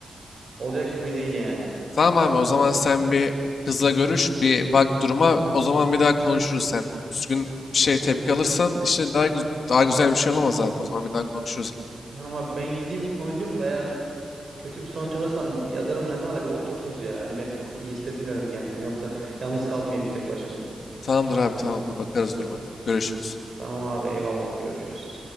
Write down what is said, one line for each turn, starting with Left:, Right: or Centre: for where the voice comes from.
Right: Olacak gibi değil yani.
Left: Tamam abi o zaman sen bir kızla görüş, bir bak duruma. O zaman bir daha konuşuruz sen. Düzgün bir şey tepki alırsan işte daha gü- daha güzel bir şey olamaz abi. O zaman bir daha konuşuruz ileride.
Right: Tamam abi ben gideyim konuşayım da eğer kötü bir sonuç alırsam yazarım ben sana da bir otururuz ya. Hani ben çok iyi hissetmiyorum kendimi. Yoksa yalnız kalmayayım tek başıma.
Left: Tamamdır abi tamamdır. Bakarız duruma göre. Görüşürüz.
Right: Tamam abi eyvallah görüşürüz.